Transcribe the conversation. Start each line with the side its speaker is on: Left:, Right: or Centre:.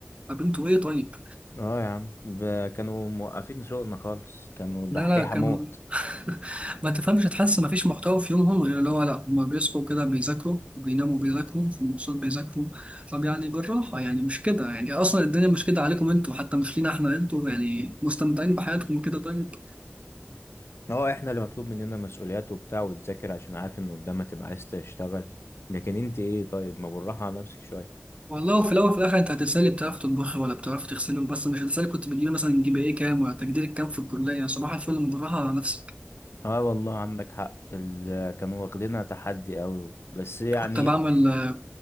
Right: طب انتوا ايه طيب
Left: اه يا عم ب- كانوا موقفين شغلنا خالص كانوا دحيحة
Right: لا لا كانوا
Left: موت
Right: <laughs> ما تفهمش تحس ما فيش محتوى في يومهم غير اللي هو لا هما بيصحوا كده بيذاكروا بيناموا بيذاكروا في المواصلات بيذاكروا طب يعني بالراحة يعني مش كده يعني أصلا الدنيا مش كده عليكم أنتوا حتى مش لينا إحنا أنتوا يعني مستمتعين بحياتكم كده طيب
Left: اه احنا اللي مطلوب مننا مسؤوليات وبتاع وتذاكر عشان عارف ان قدامك تبقى عايز تشتغل لكن انت ايه طيب ما بالراحة على نفسك شوية
Right: والله وفي الأول وفي الآخر أنت هتسألي بتعرف تطبخي ولا بتعرف تغسلي بس مش هتسألي كنت بتجيبي مثلا جي بي إيه كام ولا تقديرك كام في الكلية يعني صباح الفل أنا بالراحة على نفسك
Left: اه والله عندك حق ال- كانوا واخدينها تحدي قوي بس يعني
Right: كنت بعمل